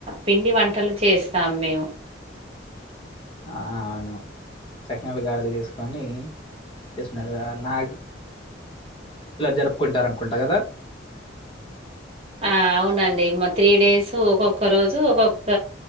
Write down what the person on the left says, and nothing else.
ఆ అవును చక్నలు గారెలు చేసుకొని చేసుకున్నక నా జరుపుకుంటారనుకుంటా గదా!